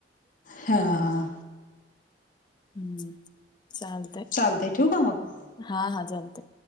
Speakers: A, on the left; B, on the left.
A: हां.
B: हम्म चाल
A: चालतय ठेऊ का मग?
B: हा हा जालते.